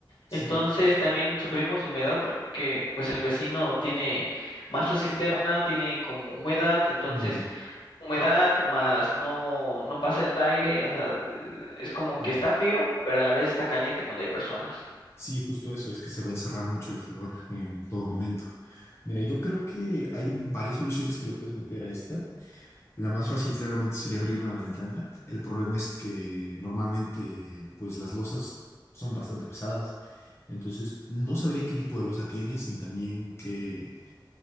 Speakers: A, on the left; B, on the left.
A: Sí,
B: Entonces también sufrimos de humedad porque pues el vecino tiene mal su cisterna, tiene como humedad, entonces
A: mm,
B: humedad más no, no pasa el aire, o sea, eh, es como
A: eh,
B: que está frío, pero a la vez está caliente cuando hay personas.
A: sí, justo eso, es que se va a encerrar mucho el calor en todo momento. Mira, yo creo que hay varias soluciones que le puedes meter a esta. La más fácil claramente sería abrir una ventana. El problema es que normalmente pues las losas son bastante pesadas. Entonces, no sabría qué tipo de losa tienes ni también qué,